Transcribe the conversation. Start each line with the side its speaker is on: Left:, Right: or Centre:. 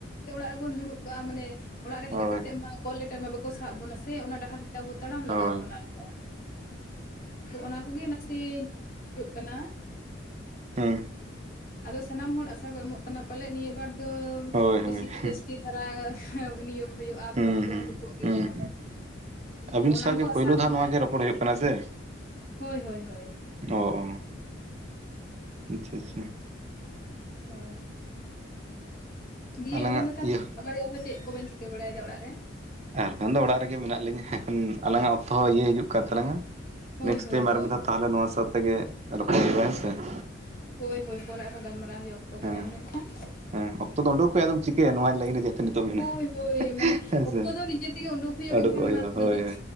Left: ᱚᱲᱟᱜ ᱨᱮᱵᱚᱱ ᱫᱩᱲᱩᱵ ᱠᱚᱜ-ᱟ ᱢᱟᱱᱮ ᱚᱲᱟᱜ ᱨᱮ
Right: ᱦᱳᱭ
Left: ᱦᱮᱡ ᱠᱟᱛᱮ
Right: ᱦᱳᱭ
Left: ᱢᱟ ᱠᱚᱞ ᱞᱮᱴᱟᱨ ᱢᱟ ᱵᱟᱠᱚ ᱥᱟᱵ ᱵᱚᱱᱟ ᱥᱮ ᱚᱱᱟ ᱰᱟᱦᱟᱨ ᱛᱮ ᱟᱵᱚ ᱛᱟᱲᱟᱢ ᱞᱟᱜᱟᱣ
Right: ᱦᱩᱸ
Left: ᱵᱚᱱᱟ ᱠᱚ ᱾ ᱛᱚ ᱚᱱᱟ ᱠᱚᱜᱮ ᱱᱟᱥᱮ ᱦᱩᱭᱩᱜ ᱠᱟᱱᱟ ᱾
Right: ᱦᱩᱸ
Left: ᱟᱫᱚ ᱥᱟᱱᱟᱢ ᱦᱚᱲ ᱟᱥᱟ ᱠᱚ ᱮᱢᱚᱜ ᱠᱟᱱᱟ ᱯᱟᱞᱮᱫ ᱱᱤᱭᱟᱹ ᱵᱟᱨ ᱫᱚ
Right: ᱦᱳᱭ ᱦᱳᱭ
Left: ᱵᱮᱥᱤ
Right: ᱦᱩᱸ
Left: ᱯᱮ ᱡᱟᱹᱥᱛᱤ ᱫᱷᱟᱨᱟ <inaudible> ᱱᱤᱭᱟᱹ ᱾ ᱦᱩᱭᱩᱜ-ᱟ
Right: ᱦᱩᱸ
Left: ᱯᱷᱨᱚᱢ ᱠᱚ
Right: ᱦᱩᱸ
Left: ᱩᱰᱩᱠᱚᱜ ᱜᱮᱭᱟ
Right: ᱦᱩᱸ ᱟᱹᱵᱤᱱ
Left: ᱛᱚ ᱚᱱᱟ
Right: ᱥᱟᱶᱜᱮ
Left: ᱠᱚ ᱟᱥᱟ
Right: ᱯᱳᱭᱞᱳ
Left: ᱢᱮᱱᱟᱜ-ᱟ
Right: ᱫᱷᱟᱣ ᱱᱚᱣᱟ ᱜᱮ
Left: ᱾
Right: ᱨᱚᱯᱚᱲ ᱦᱩᱭᱩᱜ ᱠᱟᱱᱟ ᱥᱮ
Left: ᱦᱳᱭ ᱦᱳᱭ ᱦᱳᱭ ᱾
Right: ᱚ ᱚ ᱟᱪᱪᱷᱟ ᱟᱪᱪᱷᱟ ᱾
Left: ᱦᱳᱭ ᱫᱤᱭᱮ
Right: ᱟᱞᱟᱝᱟᱜ
Left: ᱟᱵᱮᱱ ᱫᱚ ᱛᱷᱟᱞᱮ
Right: ᱤᱭᱟᱹ
Left: ᱵᱟᱨᱭᱟ ᱦᱚᱸ ᱪᱮᱜ ᱠᱚᱵᱮᱱ ᱪᱤᱠᱟᱹ ᱵᱟᱲᱟᱭᱫᱟ ᱚᱲᱟᱜ ᱨᱮ?
Right: ᱟᱨ ᱠᱷᱟᱱ ᱫᱚ ᱚᱲᱟᱜ ᱨᱮᱜᱮ ᱢᱮᱱᱟᱜ ᱞᱤᱧᱟᱹ ᱮᱱᱠᱷᱟᱱ ᱟᱞᱟᱝ-ᱟᱜ ᱚᱠᱛᱚ ᱦᱚᱸ ᱤᱭᱟᱹ ᱦᱤᱡᱩᱜ ᱠᱟᱱ ᱛᱟᱞᱟᱝ-ᱟ ᱾
Left: ᱦᱳᱭ
Right: ᱱᱮᱠᱥᱴ
Left: ᱦᱳᱭ
Right: ᱴᱟᱭᱤᱢ
Left: ᱦᱳᱭ
Right: ᱟᱨ ᱢᱤᱫ ᱫᱷᱟᱣ ᱛᱟᱦᱚᱞᱮ ᱱᱚᱣᱟ ᱥᱟᱶ ᱛᱮᱜᱮ ᱨᱚᱯᱚᱲ ᱦᱩᱭᱩᱜ-ᱟ ᱦᱮᱸᱥᱮ ᱾
Left: ᱦᱳᱭ ᱦᱳᱭ ᱯᱚᱨᱮ ᱟᱨᱦᱚᱸ ᱜᱟᱞᱢᱟᱨᱟᱣ ᱦᱩᱭᱩᱜ ᱚᱠᱛᱚ ᱠᱚ
Right: ᱦᱮᱸ
Left: ᱧᱟᱢ ᱞᱮᱱᱠᱷᱟᱱ
Right: ᱦᱮᱸ ᱚᱠᱛᱚ ᱫᱚ ᱩᱰᱩᱠ
Left: ᱾
Right: ᱦᱩᱭᱩᱜᱼᱟ ᱟᱫᱚᱢ ᱪᱤᱠᱟᱹᱭᱟ
Left: <inaudible>
Right: ᱱᱚᱣᱟ ᱞᱟᱭᱤᱱ ᱨᱮ ᱡᱮᱦᱮᱛᱩ ᱱᱤᱛᱚᱜ ᱢᱮᱱᱟᱜᱼᱟ
Left: ᱦᱳᱭ ᱦᱳᱭ ᱢᱟᱱᱮ
Right: ᱦᱮᱸ
Left: ᱚᱠᱛᱚ
Right: ᱥᱮ
Left: ᱫᱚ ᱱᱤᱡᱮ ᱛᱮᱜᱮ ᱩᱰᱩᱠ ᱦᱩᱭᱟ ᱵᱟᱝᱠᱷᱟᱱ
Right: ᱩᱰᱩᱠᱚᱜ ᱦᱩᱭᱩᱜᱼᱟ
Left: ᱢᱟ ᱱᱤᱡᱮᱛ
Right: ᱦᱳᱭ ᱦᱳᱭ